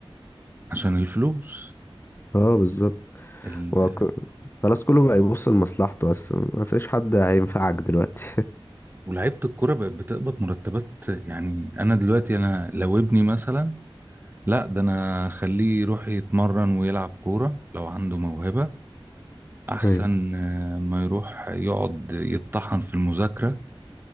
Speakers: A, on the right; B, on the left.
A: عشان الفلوس
B: اه بالظبط
A: ال...
B: هو ك- خلاص كله بقى يبص لمصلحته اصلا ما فيش حد هينفعك دلوقتي
A: ولاعيبة الكرة بقت بتقبض مرتبات يعني أنا دلوقتي أنا لو ابني مثلا لا ده أنا أخليه يروح يتمرن ويلعب كورة لو عنده موهبة
B: <laughs>
A: احسن
B: ايوه
A: آه، ما يروح يقعد يتطحن في المذاكرة